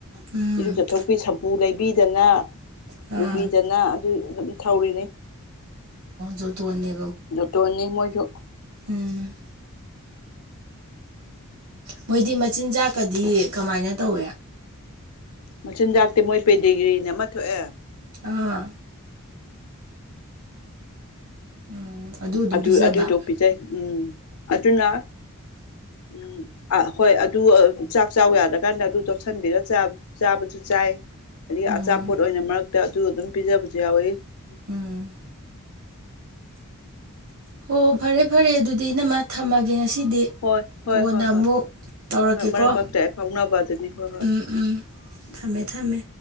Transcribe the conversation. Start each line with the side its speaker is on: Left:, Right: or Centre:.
Right: ꯎꯝ
Left: ꯏꯔꯨ ꯆꯊꯣꯛꯄꯤ ꯁꯝꯄꯨ ꯂꯩꯕꯤꯗꯅ
Right: ꯑꯥ
Left: ꯂꯨꯕꯤꯗꯅ ꯑꯗꯨ ꯑꯗꯨꯝ ꯊꯧꯔꯤꯅꯤ
Right: ꯑꯣꯗꯨ ꯑꯅꯤ
Left: ꯇ ꯑꯅꯤ ꯃꯁꯨ
Right: ꯎꯝ ꯃꯣꯏꯗꯤ ꯃꯆꯤꯟꯖꯥꯛꯀꯗꯤ ꯀꯃꯥꯏꯅ ꯇꯧꯋꯦ
Left: ꯃꯆꯤꯟꯖꯥꯛꯇꯤ ꯃꯣꯏ ꯄꯦꯗꯤꯒ꯭ꯔꯤꯅ ꯑꯃ ꯊꯣꯛꯑꯦ
Right: ꯑꯥ ꯎꯝ ꯑꯗꯨꯝ
Left: ꯑꯗꯨ
Right: ꯄꯤꯖꯕ
Left: ꯑꯗꯨꯏꯗꯣ ꯄꯤꯖꯩ ꯎꯝ ꯑꯗꯨꯅ ꯎꯝ ꯑ ꯍꯣꯏ ꯑꯗꯨ ꯆꯥꯛ ꯆ ꯆꯥꯎ ꯌꯥꯗ ꯀꯥꯟꯗ ꯑꯗꯨ ꯇꯣꯠꯁꯤꯟꯕꯤꯔ ꯆꯥꯕꯁꯨ ꯆꯥꯏ ꯑꯗꯒꯤ
Right: ꯎꯝ
Left: ꯑꯆꯥꯄꯣꯠ ꯑꯣꯏꯅ ꯃꯔꯛꯇ ꯑꯗꯨ ꯑꯗꯨꯝ ꯄꯤꯖꯕꯁꯨ ꯌꯥꯎꯋꯤ
Right: ꯎꯝ ꯍꯣ ꯐꯔꯦ ꯐꯔꯦ ꯑꯗꯨꯗꯤ ꯏ ꯅꯃ ꯊꯝꯃꯒꯦ ꯉꯁꯤꯗꯤ
Left: ꯍꯣꯏ ꯍꯣꯏ
Right: ꯀꯣꯟꯅ
Left: ꯍꯣꯏ ꯍꯣꯏ
Right: ꯑꯃꯨꯛ ꯇꯧꯔꯛꯀꯦꯀꯣ
Left: ꯍꯣꯏ ꯍꯣꯏ ꯃꯔꯛ ꯃꯔꯛꯇ ꯐꯥꯎꯅꯕ ꯑꯗꯨꯅꯤ ꯍꯣꯏ ꯍꯣꯏ
Right: ꯎꯝ ꯎꯝ
Left: ꯎꯝ
Right: ꯊꯝꯃꯦ ꯊꯝꯃꯦ